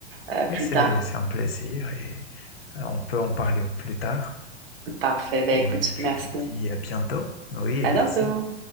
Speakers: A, on the right; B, on the left.
A: euh, euh,
B: Oui,
A: plus
B: c'est,
A: tard.
B: c'est un plaisir et euh, on peut en parler au plus tard.
A: Parfait. Ben
B: Hmm,
A: écoute, merci.
B: Je te dis à bientôt. Oui,
A: À
B: merci.
A: bientôt.